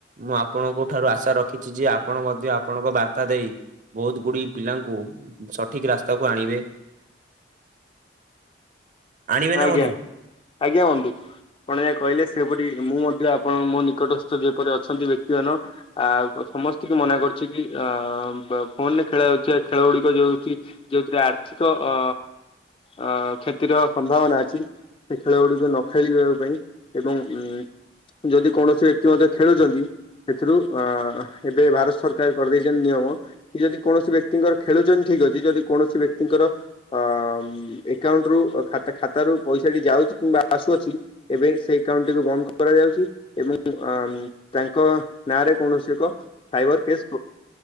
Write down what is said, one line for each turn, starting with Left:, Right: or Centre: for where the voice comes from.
Right: ମୁଁ ଆପଣଙ୍କ ଠାରୁ ଆଶା ରଖିଛି ଯେ ଆପଣ ମଧ୍ୟ ଆପଣଙ୍କ ବାର୍ତ୍ତା ଦେଇ ବହୁତ ଗୁଡି ପିଲାଙ୍କୁ ସଠିକ ରାସ୍ତାକୁ ଆଣିବେ। ଆଣିବେ ନା
Left: ଆଜ୍ଞା
Right: ବନ୍ଧୁ।
Left: ଆଜ୍ଞା ବନ୍ଧୁ ଆପଣ ଯା କହିଲେ ସେପରି ମୁଁ ମଧ୍ୟ ଆପଣଙ୍କ ମୋ ନିକଟସ୍ଥ ଯେପରି ଅଛନ୍ତି ବ୍ୟକ୍ତି ମାନ ଆ ସମସ୍ତଙ୍କୁ ମନା କରି କି ଅ ଫୋନରେ ଖେଳ ଯାଉଥିବା ଖେଳ ଗୁଡିକ ଯୋଉଛି ଯୋଉଥିରେ ଆର୍ଥିକ ଅ ଅ କ୍ଷତିର ସମ୍ଭାବନା ଅଛି ସେ ଖେଳ ଗୁଡିକୁ ନ ଖେଳିବା ପାଇଁ ଏବଂ ଉ ଯଦି କୌଣସି ବ୍ୟକ୍ତି ମଧ୍ୟ ଖେଳୁଛନ୍ତି। ସେଥିରୁ ଅ ଏବେ ଭାରତ ସରକାର କରିଦେଇଛନ୍ତି ନିୟମ। କି ଯଦି କୌଣସି ବ୍ୟକ୍ତିଙ୍କର ଖେଳୁଛନ୍ତି ଠିକ ଅଛି ଯଦି କୌଣସି ବ୍ୟକ୍ତିଙ୍କର ଅ ଏକାଉଣ୍ଟ ରୁ ଖାତ ରୁ ପଇସାଟି ଯାଉଛି କିମ୍ବା ଆସୁଅଛି। ଏବେ ସେଇ ଏକାଉଣ୍ଟ୍ ଟିକୁ ବନ୍ଦ କରାଯାଉଛି। ଏବଂ ଅ ତାଙ୍କ ନାଁରେ କୌଣସି ଏକ ସାଇବର କେସ୍